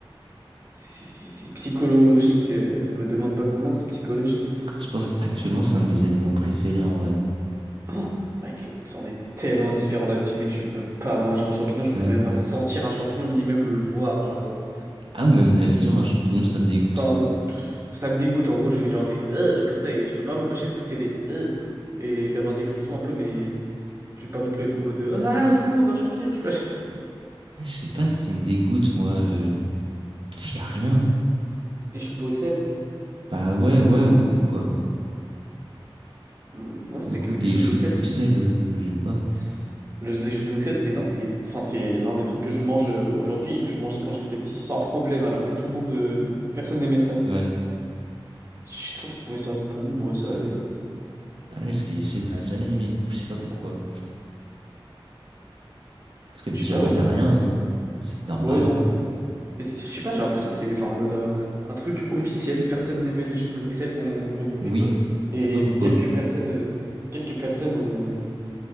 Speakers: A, on the right; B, on the right.
A: C'est c'est- c'est psychologique. euh, me demande pas comment, c'est psychologique, mais.
B: Je pense actuellement c'est un de mes aliments préférés en vrai.
A: Oh, mec, ça, on est tellement différent là-dessus, mec, je peux pas manger un champignon, je peux
B: Ouais.
A: même pas sentir un champignon, ni même le voir, genre. euh,
B: Ah oui, même la vision d'un champignon, ça me dégoûte.
A: Enfin, ça me dégoûte, en gros, je fais genre des. Euh, comme ça, et je peux pas m'empêcher de pousser des. Euh, et d'avoir des frissons un peu, mais. Je vais pas non plus être en mode de. Ah, au secours, un champignon, tu vois.
B: Ah, je sais pas ce qui me dégoûte, moi. euh, y a rien.
A: <laughs> Les choux de Bruxelles?
B: Bah ouais, ouais, au goût quoi.
A: Hmm, Moi, je
B: Le
A: sais
B: goût
A: que les
B: des
A: choux
B: choux
A: de Bruxelles,
B: de Bruxelles,
A: c'est le...
B: euh, j'aime pas.
A: C'est- le- les choux de Bruxelles, c'est l'un des, enfin, c'est l'un des trucs que je mange euh, aujourd'hui et que je mangeais quand j'étais petit sans problème, alors que tout le monde, euh, n'a- personne n'aimait ça.
B: Ouais.
A: J'ai toujours trouvé ça bon, moi, ça allait.
B: Ah ouais, j'ai- je sais pas, jamais aimé le goût, je sais pas pourquoi. Parce que visuellement,
A: Je sais pas, ouais, c'est-
B: y a rien. hein. C'est normal.
A: ouais, non. Mais c'est- je sais pas, j'ai l'impression que c'est genre en mode euh, un truc officiel. Personne n'aimait les choux de Bruxelles quand, quand ils étaient
B: Oui,
A: gosses. Et
B: je sais pas pourquoi.
A: quelques personnes, euh, quelques personnes ont